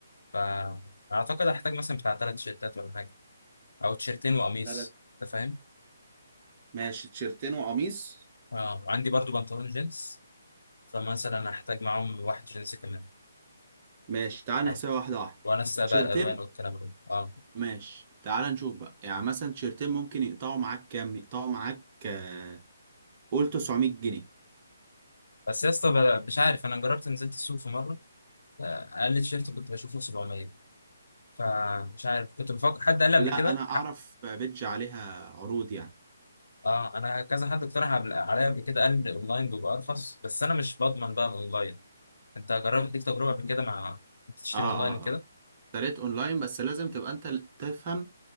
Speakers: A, on the left; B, on the right.
A: فاعتقد هحتاج مثلا بتاع ثلاث تيشرتات ولا حاجه او تيشرتين وقميص
B: ثلاث
A: انت فاهم
B: ماشي تيشيرتين وقميص
A: اه وعندي برضو بنطلون جينز فمثلا هحتاج معاهم واحد جينز كمان
B: ماشي تعال
A: على-
B: نحسبها واحده واحده
A: وانسق بقى
B: تيشيرتين
A: الالوان والكلام ده اه
B: ماشي تعال نشوف بقى يعني مثلا تيشيرتين ممكن يقطعوا معاك كام يقطعوا معاك آه، قول 900 جنيه
A: بس يا اسطى بلا- مش عارف انا جربت نزلت السوق في مره آه، اقل تيشيرت كنت بشوفه 700 فمش عارف كنت بفكر حد قال لي قبل
B: لا
A: كده
B: انا
A: حق.
B: اعرف آه، بيدج عليها عروض يعني
A: اه انا كذا حد اقترح قبل- عليا قبل كده قال لي الاونلاين بيبقى ارخص بس انا مش بضمن بقى الاونلاين انت جربت ليك تجربه قبل كده مع تشتري
B: اه اه
A: اونلاين وكده
B: اه اشتريت اونلاين بس لازم تبقى انت تفهم